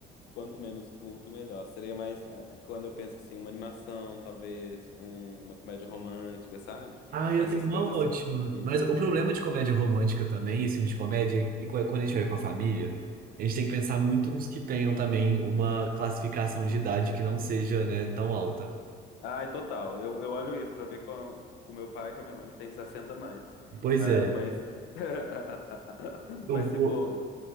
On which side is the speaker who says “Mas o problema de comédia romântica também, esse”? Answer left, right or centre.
Right